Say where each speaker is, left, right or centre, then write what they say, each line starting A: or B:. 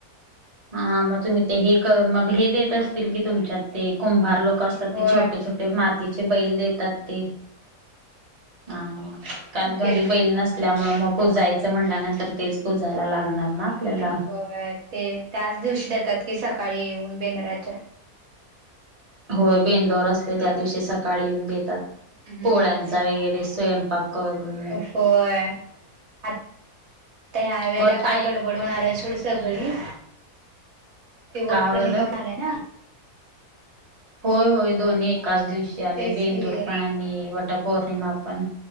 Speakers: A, on the right; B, on the right.
A: हा मग तुम्ही ते हे मग हे देत असतील की, तुमच्यात ते कुंभार लोक कस ते
B: होय
A: छोटे छोटे मातीचे बैल देतात ते. हा हा. कारण
B: ते
A: घरी बैल नस ल्यामुळे, मग पूजायचं म्हटल्यानंतर, तेच पुजायला लागणार ना. आपल्याला
B: होय ते त्याच दिवशी देतात की, सकाळी येऊन बेंद्राच्या
A: होय बेंदोर असतोय् त्या दिवशी सकाळी येऊन देतात.
B: हम्म
A: पोळ्यांचा वगैरे स्वयं पाक करून.
B: ह होय आता ह्या वेळेला
A: वट आय
B: काय गड बड होणार हाय सोड सगळी, ते
A: का
B: वटपौर्णिमा
A: बरं?
B: पन आलिया ना?
A: होय होय दोन्ही एकाच दिवशी आले.
B: तेच
A: बेंदूर
B: की
A: पण आणि वटपौर्णिमा पण